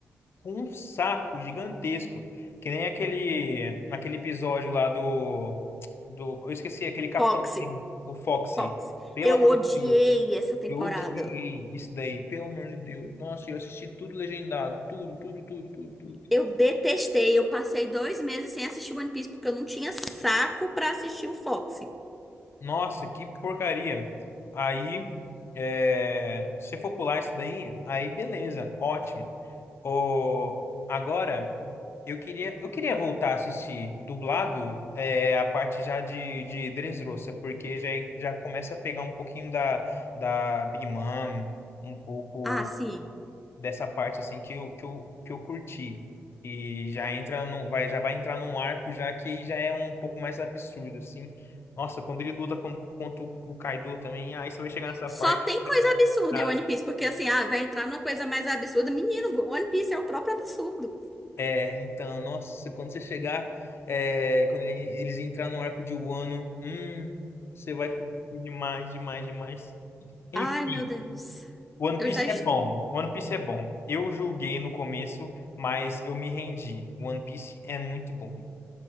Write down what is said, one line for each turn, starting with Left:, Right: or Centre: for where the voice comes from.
Left: com um saco gigantesco. Que nem aquele, naquele episódio lá do, do. Eu esqueci, aquele Capitão
Centre: Foxy,
Left: Pym, o Foxy.
Centre: Foxy.
Left: Pelo
Centre: Eu
Left: amor
Centre: odiei
Left: de Deus.
Centre: essa temporada.
Left: Eu odiei isso daí, pelo amor de Deus. Nossa, eu assisti tudo legendado, tudo, tudo, tudo, tudo, tudo.
Centre: Eu detestei, eu passei dois meses sem assistir One Piece porque eu não tinha saco pra assistir o Foxy.
Left: Nossa, que porcaria. Aí, é, se for pular isso daí, aí beleza, ótimo. O... Agora, eu queria, eu queria voltar a assistir dublado, é, a parte já de, de Dressrosa, porque já, já começa a pegar um pouquinho da, da Big Mom, um pouco.
Centre: Ah, sim.
Left: dessa parte assim que eu, que eu, que eu curti. E já entra num, vai, já vai entrar num arco já que já é um pouco mais absurdo assim. Nossa, quando ele luta contra, contra o o Kaido também, aí você vai chegar nessa
Centre: Só
Left: parte
Centre: tem
Left: que você
Centre: coisa
Left: vai
Centre: absurda
Left: adorar.
Centre: em One Piece, porque assim, ah, vai entrar numa coisa mais absurda. Menino, One Piece é o próprio absurdo.
Left: É, então, nossa, quando você chegar, é, quando ele- eles entrar no arco de Wano, hum, você vai curtir demais, demais, demais. Enfim,
Centre: Ai, meu Deus.
Left: One
Centre: Eu
Left: Piece
Centre: já estou.
Left: é bom. One Piece é bom. Eu julguei no começo, mas eu me rendi. One Piece é muito bom.